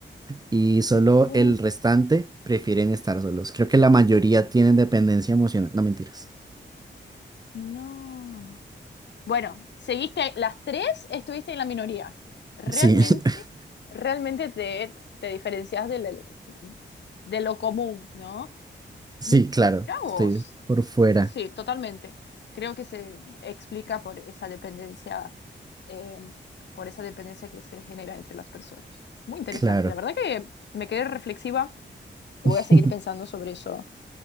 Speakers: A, on the right; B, on the left.
A: y solo
B: es-
A: el restante prefieren estar solos. Creo que la mayoría tienen dependencia emocional. No, mentiras.
B: No. Bueno, seguiste las tres, estuviste en la minoría. Realmente,
A: Sí, <laughs>
B: realmente te, te diferencias del, de lo común, ¿no?
A: sí,
B: Mira
A: claro,
B: vos.
A: estoy por fuera,
B: Sí, totalmente. Creo que se explica por esa dependencia, eh, por esa dependencia que se genera entre las personas. Muy interesante.
A: claro.
B: La verdad que me quedé reflexiva voy
A: <laughs>
B: a seguir pensando sobre eso